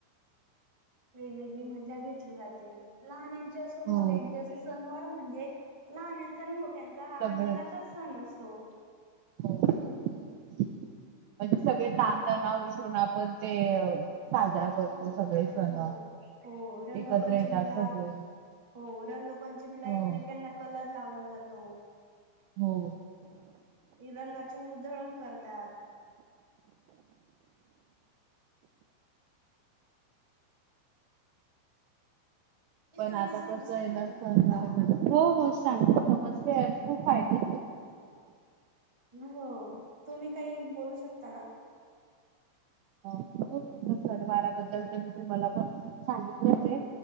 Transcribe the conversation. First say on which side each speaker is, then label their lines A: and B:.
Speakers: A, on the right (about 15°); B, on the right (about 80°).
A: वेगवेगळी मजा घेतली जाते लहानांची असो मोठ्यांची
B: हो
A: असे सणवार म्हणजे लहानांचा आणि मोठ्यांचा हा
B: सगळेच
A: आनंदाचा सण असतो.
B: हो म्हणजे सगळे ताणतणाव विसरून आपण ते साजरा करतो
A: हो.
B: सगळे सण
A: हो हो रंगपंचमीला
B: एकत्र येतात सगळे
A: हो रंगपंचमीला
B: हो
A: एकमेकांना कलर लावला जातो.
B: हो.
A: रंगाची उधळण करतात. मी
B: पण
A: सांगते
B: आता
A: समजते
B: कसं याला
A: ना मॅडम
B: सणवार
A: आपल्याला
B: मध्ये हो हो सांगते समजते आणि खूप फायदे
A: हो तुम्ही काही बोलू शकता का?
B: हो हो सण वाराबद्दल तर मी तुम्हाला पण सांगितलंच आहे.